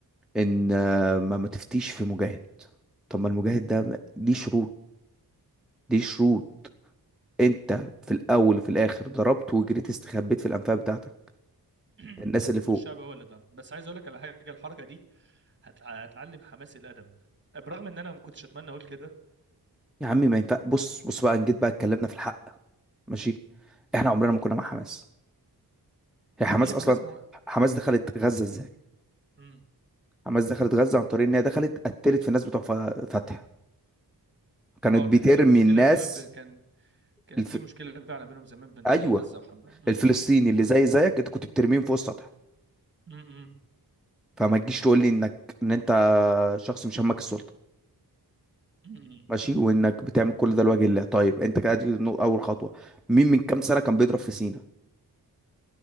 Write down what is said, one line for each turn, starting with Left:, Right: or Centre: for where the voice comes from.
Centre: ان آه، ما ما تفتيش في مجاهد طب ما المجاهد ده ليه شروط ليه شروط انت في الاول وفي الاخر ضربت وجريت
Right: مم.
Centre: استخبيت في الانفاق بتاعتك
Right: <clears throat>
Centre: الناس اللي فوق
Right: والشعب هو اللي ضرب بس عايز اقول لك على حاجه الحركه دي هت... هتعلم حماس الادب برغم ان انا ما كنتش اتمنى اقول كده
Centre: يا عمي ما ينفع بص بص بقى نجيت بقى اتكلمنا في الحق ماشي احنا عمرنا ما كنا مع حماس هي حماس
Right: هي حماس
Centre: اصلا
Right: مو...
Centre: حماس دخلت غزة ازاي
Right: مم.
Centre: حماس دخلت غزة عن طريق ان هي دخلت قتلت في الناس بتوع ف- فتح كانت
Right: اه
Centre: بترمي
Right: كان في مشكله
Centre: الناس
Right: زمان ب... كان كان
Centre: الف...
Right: في مشكله فعلا بينهم زمان بين
Centre: ايوه
Right: غزه وحماس مم.
Centre: الفلسطيني اللي زي زيك انت كنت بترميهم فوق السطح
Right: مم.
Centre: فما تجيش تقول لي انك ان انت شخص مش همك السلطة
Right: مم.
Centre: ماشي وانك بتعمل كل ده لوجه الله طيب انت كده دي نو- اول خطوة مين من كام سنة كان بيضرب في سينا